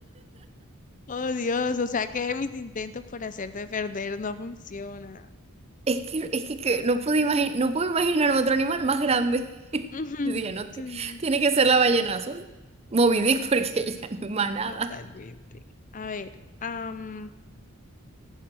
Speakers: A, on the left (about 35°); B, on the right (about 30°).
A: oh Dios, o sea que mis intentos por hacerte perder no funcionan.
B: Es que, es que, que no pude imaginar, no puedo imaginar otro animal más grande.
A: Ujú,
B: <laughs> Yo dije, no,
A: <laughs> Sí,
B: ti- tiene que ser la ballena azul. Moby Dick, porque <laughs> ya no es más nada.
A: totalmente. A ver, am,